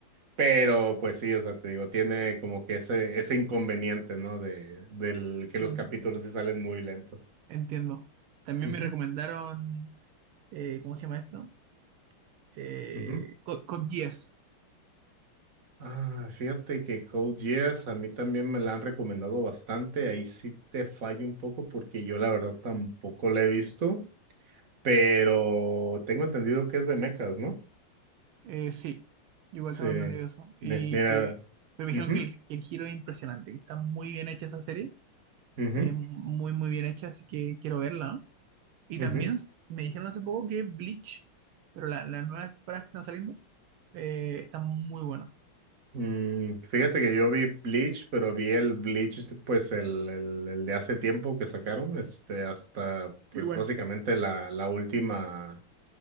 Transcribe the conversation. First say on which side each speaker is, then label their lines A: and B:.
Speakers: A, on the right; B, on the right.
A: Pero pues sí, o sea, te digo, tiene como que ese, ese inconveniente, ¿no? De, del que
B: Mm,
A: los capítulos sí salen muy lento.
B: entiendo. También
A: Ujú,
B: me recomendaron. eh, ¿cómo se llama esto? eh,
A: ujú.
B: con, con 10.
A: Ah, fíjate que Code Geass a mí también me la han recomendado bastante. Ahí sí te fallo un poco porque yo la verdad tampoco la he visto, pero tengo entendido que es de mechas, ¿no?
B: Eh, sí, igual
A: Sí.
B: tengo entendido eso. Y
A: Mi- Mira,
B: que pero me
A: ujú,
B: dijeron que el, que el giro es impresionante, que está muy bien hecha esa serie,
A: ujú,
B: eh, muy, muy bien hecha, así que quiero verla. ¿no? Y
A: ujú.
B: también me dijeron hace poco que Bleach, pero la- las nuevas temporadas que están saliendo, eh, están muy buenas.
A: Mm, fíjate que yo vi Bleach, pero vi el Bleach, pues el, el, el de hace tiempo que sacaron, este, hasta, pues
B: Igual.
A: básicamente la, la última,